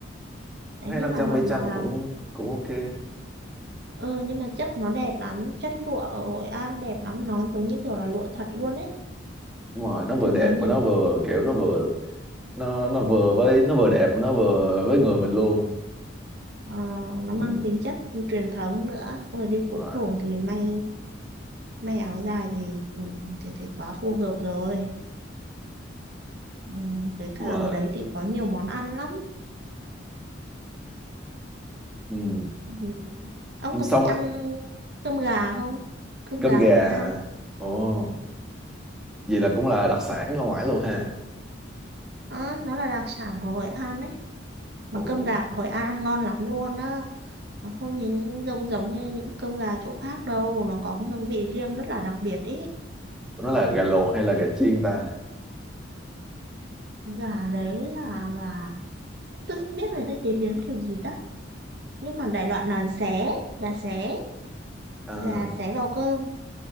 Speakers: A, on the right (about 55°); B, in the centre.
A: đấy
B: Thấy
A: nhưng
B: năm
A: mà
B: trăm
A: mặc
B: mấy
A: nó
B: trăm
A: vào
B: cũng cũng ok
A: ờ nhưng mà chất nó đẹp lắm chất lụa ở Hội An đẹp lắm nó giống như kiểu là lụa thật luôn ấy
B: Nhưng mà nó vừa
A: tôi
B: đẹp
A: thấy nhiều
B: mà nó vừa kiểu nó vừa nó nó vừa với nó vừa đẹp mà nó vừa với người mình luôn
A: ờ, nó
B: ừ.
A: mang tính chất truyền thống nữa Ôi, đi
B: Đúng
A: phố
B: rồi
A: cổ thì may may áo dài thì, ừ, thì thì quá phù hợp rồi Ừ, với cả
B: Đúng
A: ở
B: rồi
A: đấy thì có nhiều món ăn lắm.
B: ừ.
A: Ừ. Ông
B: ừ,
A: có
B: xong
A: thích ăn
B: rồi
A: cơm gà không? Cơm
B: cơm
A: gà
B: gà
A: Hội An.
B: hả ồ vậy là cũng là đặc sản ở ngoài luôn ha
A: Ờ, nó là đặc sản của Hội An đấy. Mà
B: ồ
A: cơm gà Hội An ăn ngon lắm luôn á. Nó không những giống giống như những cơm gà chỗ khác đâu. Nó có cái hương vị riêng rất là đặc biệt ý.
B: nó là gà luộc hay là gà chiên ta
A: Gà đấy là gà... Tôi không biết người ta chế biến kiểu gì đó. Nhưng mà đại loại là xé. Gà xé.
B: à,
A: Gà xé vào cơm.